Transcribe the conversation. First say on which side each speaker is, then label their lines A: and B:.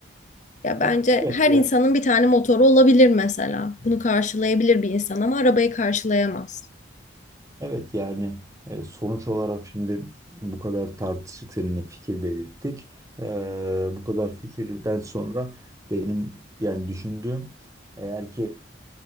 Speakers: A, on the left; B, on the right.
A: Ya bence
B: Ya, Evet
A: her
B: ya.
A: insanın bir tane motoru olabilir mesela. Bunu karşılayabilir bir insan ama arabayı karşılayamaz.
B: Evet yani e, sonuç olarak şimdi bu kadar tartıştık seninle fikir belirttik. E, bu kadar fikirden sonra benim yani düşündüğüm eğer ki